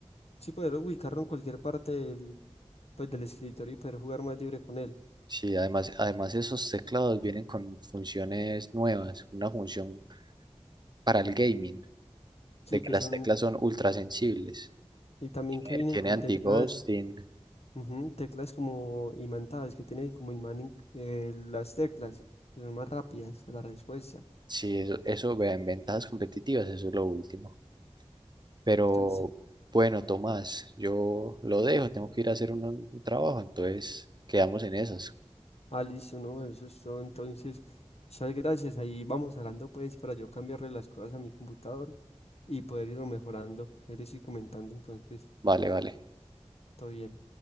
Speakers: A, on the left; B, on the right.
A: Sí, poder ubicarlo en cualquier parte del, pues, del escritorio y poder jugar más libre con él.
B: Sí, además, además esos teclados vienen con funciones nuevas, una función para el gaming,
A: Sí,
B: de que
A: que
B: las
A: son...
B: teclas son ultra sensibles.
A: Y también que
B: Eh,
A: vienen
B: tiene
A: con
B: anti-ghosting,
A: teclas Ujú, Teclas como imantadas, que tienen como imán in- eh, las teclas, que son más rápidas la respuesta.
B: sí, eso, eso vean, ventajas competitivas, eso es lo último. Pero
A: Entonces,
B: bueno, Tomás, yo lo dejo, tengo que ir a hacer un un trabajo, entonces quedamos en esas.
A: ah, listo, ¿no? Eso es todo. Entonces, muchas gracias. Ahí vamos hablando, pues, para yo cambiarle las cosas a mi computador y poder irlo mejorando. Él estoy comentando, entonces,
B: Vale, vale.
A: todo bien.